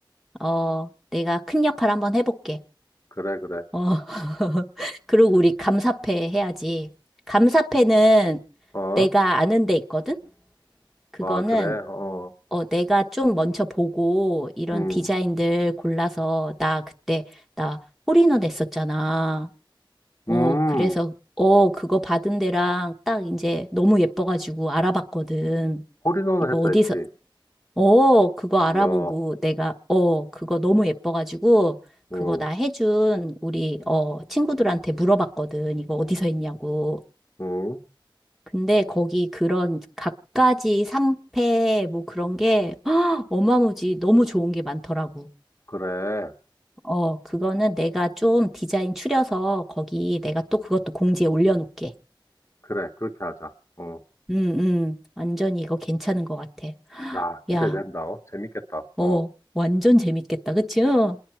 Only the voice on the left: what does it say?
그래, 그래.
어?
아, 그래. 어.
음.
음.
홀인원을
했다
했지.
이야.
음.
음.
그래.
그래. 그렇게 하자. 어.
야, 기대된다.
어. 재밌겠다.
어.